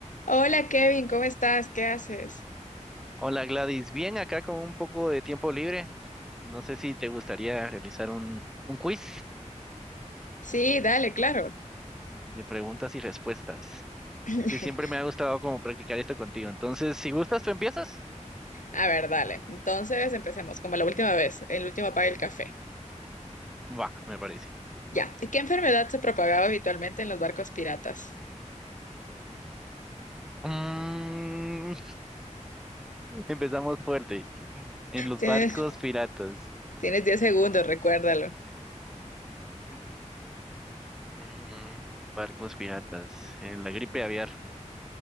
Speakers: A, on the left; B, in the centre.
A: Hola Kevin, ¿cómo estás? ¿Qué haces?
B: Hola Gladys, bien acá con un poco de tiempo libre. No sé si te gustaría realizar un, un quiz
A: Sí, dale, claro.
B: de preguntas y respuestas,
A: <laughs>
B: que siempre me ha gustado como practicar esto contigo. Entonces, si gustas, tú empiezas.
A: A ver, dale. Entonces empecemos, como la última vez, el último apaga el café.
B: Va, me parece.
A: Ya. ¿Qué enfermedad se propagaba habitualmente en los barcos piratas?
B: Mm, <laughs> empezamos fuerte. En los
A: Tienes,
B: barcos piratas.
A: tienes 10 segundos, recuérdalo.
B: Mm, mm, Barcos piratas. En la gripe aviar. <laughs>